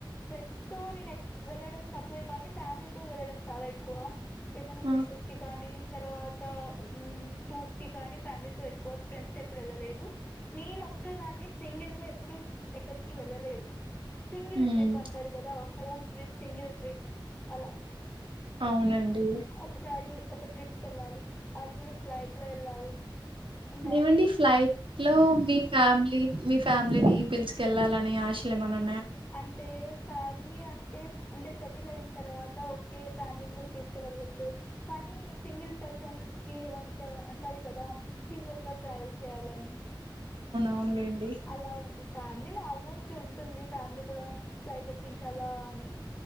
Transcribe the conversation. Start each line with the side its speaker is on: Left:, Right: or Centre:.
Left: ఫ్రెండ్స్ తో నేను ఎక్ వెళ్ళడం తక్కువే కానీ ఫ్యామిలీతో వెళ్ళడం చాలా ఎక్కువ. ఏదన ప్లేసెస్
Right: ఆ,
Left: కి కానీ తర్వాత్ తా ఆ టూర్స్కి కానీ ఫ్యామిల్క్ టో ఎక్కువ ఫ్య్ ఎప్పుడ్ వెళ్ళలేదు నేన్ ఒక్కదానే సింగిల్ గా ఎప్పుడు ఎక్కడికి వెళ్ళలేదు. సింగిల్
Right: హ్మ్,
Left: ట్రిప్ అంటారు కదా ఓన్ ట్రిప్ సింగల్ ట్రిప్ అలా
Right: అవునండి
Left: ఒకసారి ఒక ట్రిప్ కెళ్ళాలి అది కూడా ఫ్లైట్ లో ఎళ్ళాలి ఉన్నాయ్
Right: ఏవండి
Left: లెండి
Right: ఫ్లైట్ లో మీ ఫ్యామిలీ మీ ఫ్యామిలీని పిలుచుకెళ్ళా అలా అని ఆశలేమన్నా
Left: అంటే ఫ్యామిలీ అంటే అంటే సెటిల్ అయిన తర్వాత ఓకే ఫ్యామిలీని కూడా తీసుకు వెళ్ళొచ్చు కానీ సింగిల్ పర్సన్స్ కి అంటే ఉంటది కదా సింగిల్ గా ట్రావెల్ చేయాలని
Right: అవునులేండి
Left: అలా ఉంది ఫ్యామిలీని ఆల్మోస్ట్ ఉంటుంది ఫ్యామిలీ కూడా ఫ్లైట్ ఎక్కించాలా అని